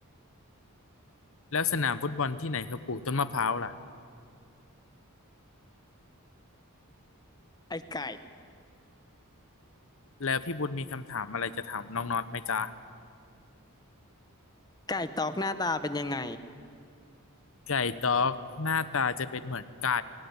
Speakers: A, on the left; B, on the left.
A: แล้วสนามฟุตบอลที่ไหนเขาปลูกต้นมะพร้าวล่ะ
B: ไอ้ไก่
A: แล้วพี่บุญมีคำถามอะไรจะถามน้องน็อตไหมจ๊ะ
B: ไก่ต๊อกหน้าตาเป็นยังไง
A: ไก่ด็อกหน้าตาจะเป็นเหมือนไก่